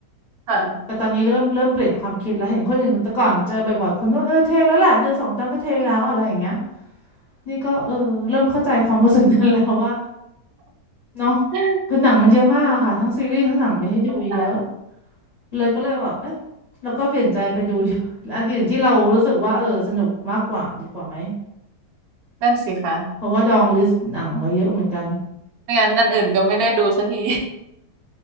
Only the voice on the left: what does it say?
แต่ตอนนี้เริ่มเริ่มเปลี่ยนความคิดแล้วเห็นคนอื่นแต่ก่อนเจอบ่อยๆคนก็เออเทแล้วแหละดูสองตอนก็เทแล้วอะไรอย่างเงี้ยนี่ก็เออเริ่มเข้าใจความรู้สึกนั้นแล้วว่าเนาะ
คือหนังมันเยอะมากค่ะทั้งซีรีส์ทั้งหนังมีให้ดูเยอะ
เลยก็เลยแบบเอ๊ะเราก็เปลี่ยนใจไปดู <laughs> อัน <laughs> อื่นที่เรารู้สึกว่าเออสนุกมากกว่าดีกว่าไหม
เพราะว่าดองลิสต์หนังไว้เยอะเหมือนกัน